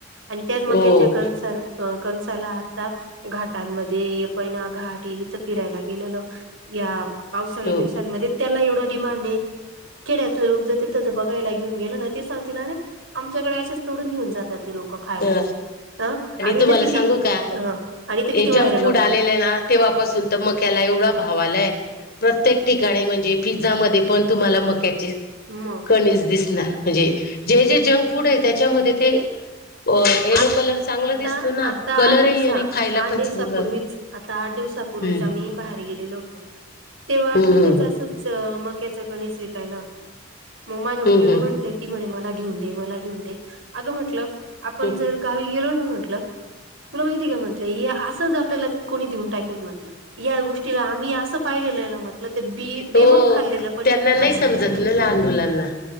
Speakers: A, on the right; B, on the left.
A: आणि त्याच मक्याच्या
B: हो
A: कणसांना- त्याला आता घाटांमध्ये पैना घाट इिथं फिरायला गेलेल. या पावसाळी
B: हो
A: दिवसांमध्ये त्याला एवढं डिमांड आहे. खेड्यात लोक ज तिथं ज बघायला घेऊने ना ते सांगतील ना रे. आमच्याकडे असेच तोडून घेऊन जातात ते लोक खायला
B: अ
A: ह आणि
B: तुम्हाला
A: इथ किती,
B: सांगू का
A: हा आणि ते किती
B: हे
A: व्हायरल
B: जंक फूड
A: होतं.
B: आलेलं आहे ना तेव्हापासून तर मक्याला एवढा भाव आलाय. प्रत्येक ठिकाणी म्हणजे पिझ्झामध्ये पण तुम्हाला मक्याचे-
A: म
B: कणीज दिसणार म्हणजे जे जे जंक फूड आहे त्याच्यामध्ये ते अ येलो
A: आता
B: कलर चांगला दिसतो ना
A: आता
B: कलरही
A: आठ दिवसा
B: आणि खायला
A: आठ
B: पण
A: दिवसापूर्वीच
B: चांगलं
A: आता आठ दिवसापूर्वीच
B: हम्म
A: आम्ही बाहेर गेलेलो होतो तेव्हा
B: हम्म
A: तिथे
B: हम्म
A: जास् मक्याच कणीस विकायला मग माझ्या
B: हम्म
A: मुलीला
B: हम्म
A: म्हणटले ती म्हणे मला घेऊन दे मला घेऊन दे अगं म्हंटलं आपण
B: हम्म.
A: जर गावी गेलो ना म्हटलं तुला माहिती का म्हटलं हे असंच आपल्याला कोणी देऊन टाकेल म्हटलं या गोष्टीला आम्ही असं पाहिलेलं आहे ना म्हटलं तर बी बेमाफ
B: हो
A: खाल्लेलं पण आणि
B: त्यांना
A: बेमाप
B: नाही समजत
A: विकलेलं पण.
B: ना लहान मुलांना